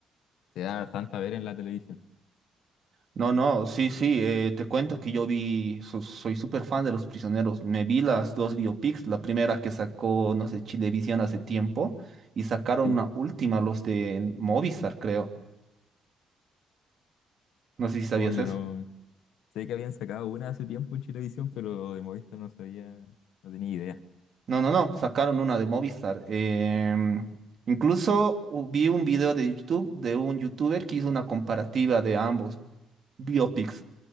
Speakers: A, on the left (about 85°); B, on the right (about 50°).
A: se da bastante a ver en la televisión.
B: No, no, sí, sí, eh, te cuento que yo vi, so- soy súper fan de Los Prisioneros, me vi las dos biopics, la primera que sacó, no sé, Chilevisión hace tiempo, y sacaron
A: Sí,
B: una última, los de Movistar, creo. No sé si sabías
A: oh, yo
B: eso.
A: no sé que habían sacado una hace tiempo en Chilevisión, pero de Movistar no sabía, no tenía idea.
B: No, no, no, sacaron una de Movistar. Em, incluso u- vi un video de YouTube de un youtuber que hizo una comparativa de ambos biopics,